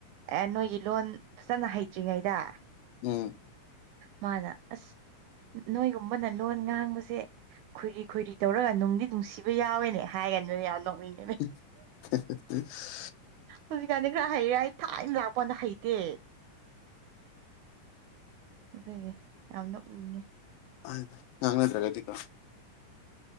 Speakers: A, on the right (about 80°); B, on the left (about 85°).
A: ꯑꯦ ꯅꯣꯏꯒꯤ ꯂꯣꯟ ꯐꯖꯅ ꯍꯩꯇ꯭ꯔꯤꯉꯩꯗ
B: ꯎꯝ
A: ꯃꯥꯅ ꯑꯁ ꯅꯣꯏꯒꯨꯝꯕꯅ ꯂꯣꯟ ꯉꯥꯡꯕꯁꯦ ꯈꯣꯏꯔꯤ ꯈꯣꯏꯔꯤ ꯇꯧꯔꯒ ꯅꯨꯡꯗꯤ ꯅꯨꯡꯁꯤꯕ ꯌꯥꯎꯋꯦꯅꯦ ꯍꯥꯏꯒꯅꯅ ꯌꯥꯝ ꯅꯣꯛꯅꯤꯡꯉꯤ
B: <inaudible>
A: ꯍꯧꯖꯤꯛꯀꯥꯟꯗꯤ ꯈꯔ ꯍꯩꯔꯦ ꯑꯩ ꯊꯥꯏꯅ ꯂꯥꯛꯄꯅ ꯍꯩꯇꯦ ꯑꯗꯨꯗꯒꯤ ꯌꯥꯝꯅ ꯅꯣꯛꯅꯤꯡꯉꯦ
B: ꯍꯥꯏꯗ ꯉꯡꯅꯗ꯭ꯔꯥꯒꯤꯀ